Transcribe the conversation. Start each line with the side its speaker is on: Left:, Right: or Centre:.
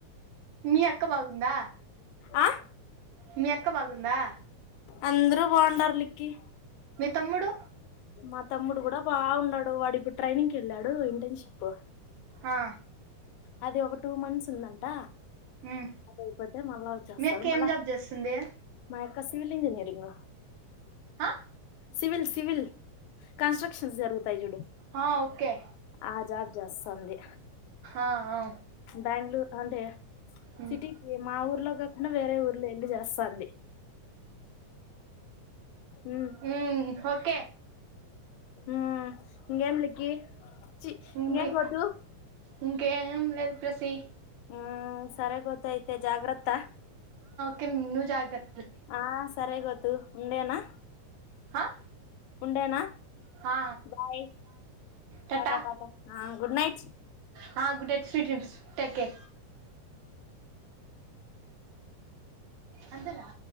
Right: మీ అక్క బాగుందా
Left: ఆ
Right: మీ అక్క బాగుందా
Left: అందరూ బావుండారు లిక్కి
Right: మీ తమ్ముడు
Left: మా తమ్ముడు గూడా బావుండాడు వాడిప్పుడు ట్రైనింగ్ కెళ్ళాడు ఇంటర్న్షిప్
Right: ఆ
Left: అది ఒక టూ మంత్స్ వస్తుందంట
Right: మ్మ్
Left: అదయిపోతే మళ్ళా వచ్చేస్తాడు
Right: మీ అక్క
Left: మళ్ళా
Right: ఏం జాబ్ చేస్తుంది
Left: మా అక్క సివిల్ ఇంజనీరింగ్
Right: ఆ
Left: సివిల్ సివిల్ కన్స్ట్రక్షన్స్ జరుగుతాయి చూడు
Right: ఆ ఓకే
Left: ఆ జాబ్ చేస్తాంది
Right: ఆ ఆ
Left: బ్యాంగ్ లూర్ అంటే
Right: మ్మ్
Left: సిటీకి మా ఊర్లో కాకుండా వేరే ఊర్లో వెళ్ళి చేస్తాంది ఉమ్
Right: మ్ ఓకే
Left: మ్ ఇంగేం లిక్కి చఛీ
Right: ఇంగే
Left: ఇంగేం గౌతు
Right: ఇంకేం లేదు ప్రసి
Left: మ్ సరే గౌ త్తైతే జాగ్రత్త
Right: కిన్ నువ్ జాగ్రత్
Left: ఆ సరే గద్దు ఉండేనా
Right: ఆ
Left: ఉండేనా
Right: హా
Left: బాయ్
Right: టాటా
Left: టా టా హా గుడ్ నైట్
Right: హా గుడ్ నైట్ స్ీట్్రిమ్స్ టెక్ కే అంతేనా